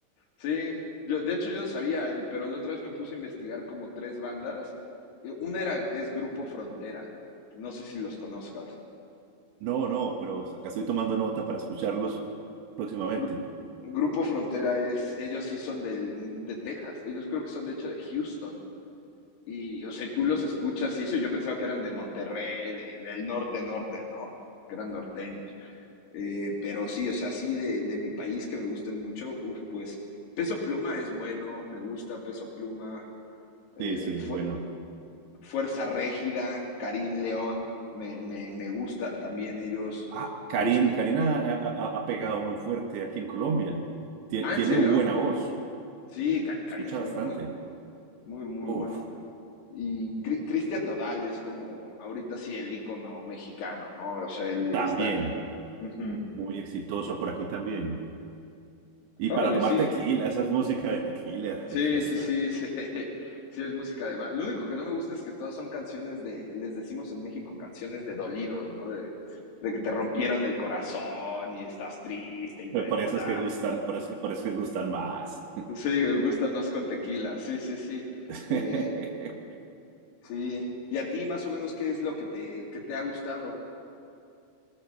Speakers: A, on the left; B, on the right.
A: Sí, yo, de hecho yo no sabía, el- pero la otra vez me puse a investigar como tres bandas. Eh, Una era, es Grupo Frontera, no sé si los conozcas.
B: No, no, pero acá estoy tomando nota para escucharlos próximamente.
A: Gru- Grupo Frontera es, ellos sí son del, de Texas, ellos creo que son de hecho de Houston. Y, o sea, y tú los escuchas y eso, yo pensaba que eran de Monterrey, de- del norte, norte, ¿no? Que eran norteños. Eh, pero sí, o sea, sí de, de mi país que me gusten mucho, uf, pues Peso Pluma es bueno, me gusta Peso Pluma. Eh,
B: Sí, sí,
A: fue,
B: es bueno.
A: Fuerza Régida, Karim León, me, me, me gustan también ellos.
B: Ah, Karin,
A: ellos
B: Karina ha, ha- ha pegado muy fuerte aquí en Colombia. Tie-
A: ah,
B: tiene
A: ¿en serio?
B: buena voz.
A: Sí,
B: Sí,
A: Karim
B: escucha
A: es
B: bastante.
A: muy bueno, muy, muy
B: Uf,
A: bueno. Y Cristian Nodal es como ahorita sí el ícono mexicano, ¿no? O sea, él
B: también,
A: está... Uh -huh.
B: muy exitoso por aquí también. Y
A: Órale,
B: para tomar
A: sí.
B: tequila, esa es música de tequila,
A: sí.
B: de fiesta.
A: Sí, sí, <laughs> sí, sí. es música de... Lo único que no me gusta es que todas son canciones de... Les decimos en México canciones de dolidos, ¿no? De, de que te rompieron el corazón y estás triste y te
B: Me
A: dejó
B: parece
A: la,
B: que gustan, parece, parece que gustan más.
A: Sí, gustan más con tequila, sí, sí, sí.
B: <laughs>
A: Eh, sí. ¿Y a ti más o menos qué es lo que te, que te ha gustado?